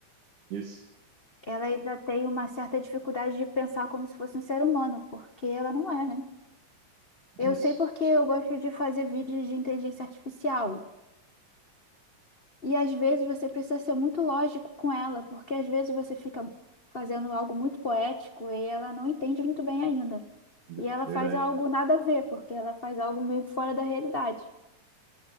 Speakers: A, on the right; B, on the left.
A: Isso,
B: Ela ainda tem uma certa dificuldade de pensar como se fosse um ser humano, porque ela não é, né? Eu
A: isso,
B: sei porque eu gosto de fazer vídeos de inteligência artificial. E às vezes você precisa ser muito lógico com ela, porque às vezes você fica fazendo algo muito poético e ela não entende muito bem ainda.
A: ver-
B: E ela
A: verdade.
B: faz algo nada a ver, porque ela faz algo meio fora da realidade.